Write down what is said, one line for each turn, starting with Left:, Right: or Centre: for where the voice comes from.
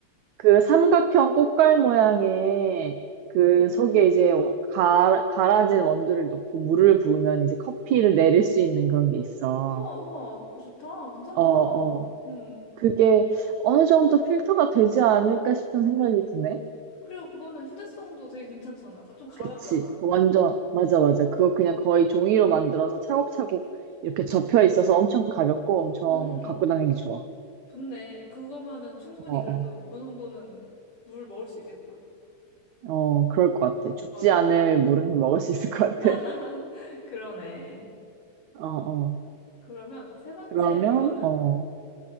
Right: 그 삼각형 꽃갈 모양의 그
Left: 어,
Right: 속에 이제 어, 가, 갈아진 원두를 넣고 물을 부으면 이제 커피를 내릴 수 있는 그런 게 있어.
Left: 우와, 우와, 그거 좋다. 괜찮다.
Right: 어, 어.
Left: 응,
Right: 그게 어느 정도 필터가 되지 않을까 싶은 생각이 드네.
Left: 응. 그리고 그거는 휴대성도 되게 괜찮잖아. 가- 좀 가볍잖아.
Right: 그치. 그 완전, 맞아, 맞아. 그거 그냥 거의 종이로 만들어서 차곡차곡 이렇게 접혀 있어서 엄청 가볍고 엄청
Left: 음.
Right: 갖고 다니기 좋아.
Left: 좋네. 그거면은 충분히
Right: 어,
Left: 그래도
Right: 어.
Left: 어느 정도는 물 먹을 수 있겠다.
Right: 어, 그럴 것 같아. 죽지
Left: 맞아.
Right: 않을 물은 먹을 수 있을 것 같아.
Left: <laughs> 그러네.
Right: 어, 어.
Left: 그러면 세 번째
Right: 그러면,
Left: 물건은?
Right: 어,